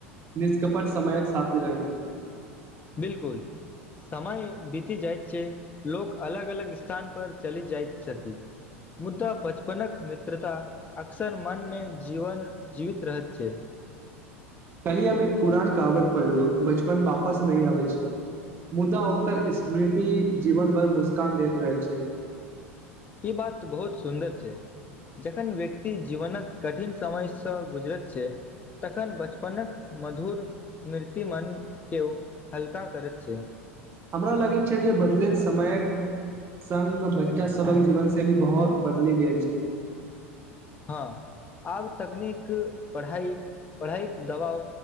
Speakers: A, on the right (about 30°); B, on the left (about 20°).
A: निष्कपट समयक साथी रहै छै
B: बिलकुल समय बीति जाइत छै लोक अलग अलग स्थान पर चलि जाइत छथि मुद्दा बचपनक मित्रता अक्सर मनमे जीवन जीवित रहैत छै
A: कल्हि हम एक पुराान कहावत पढ़लू बचपन वापस नहि आवे छै मुदा ओकर स्मृति जीवन भर मुस्कान दैत रहै छै
B: ई बात बहुत सुन्दर छै जखन व्यक्ति जीवनक कठिन समयसँ गुजरैत छै तखन बचपनक मधुर स्मृतिमन केओ हल्का करैत छै
A: हमरा लागैत छै जे बदलैत समयक सङ्ग बच्चा सभक जीवन शैली बहुत बदलि गेल छै
B: हँ आब तकनीक पढ़ाइ पढ़ाइके दबाव